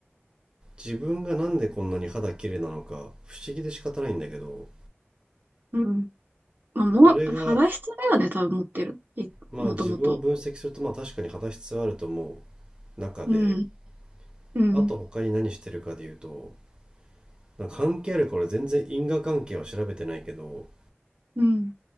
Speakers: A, on the right; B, on the right.
A: 自分がなんでこんなに肌綺麗なのか不思議で仕方ないんだけど
B: うん。まあ、もう、
A: 俺が、
B: 肌質だよね、多分持ってる。いもともと。
A: まあ自分を分析すると、まあ確かに肌質はあると思う中で、
B: うん。うん。
A: あと他に何してるかで言うと、なんか関係あるか俺全然因果関係は調べてないけど、
B: うん。